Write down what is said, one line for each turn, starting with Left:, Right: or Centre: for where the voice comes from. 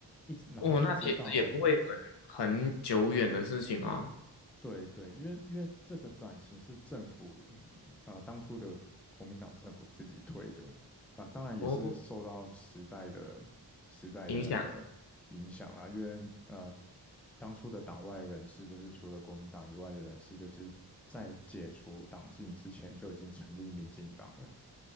Centre: 一直然后一直到
Left: 哦，那其实也不会很很久远的事情哦，
Centre: 对对，因为因为这个转型是政府，呃，当初的国民党政府自己推的啊，当然也是受到时代的
Left: 哦，
Centre: 时代的那个影响啦。
Left: 影响，
Centre: 因为呃，当初的党外人士，就是除了国民党以外的人士，就是在解除党禁之前就已经成立民进党了。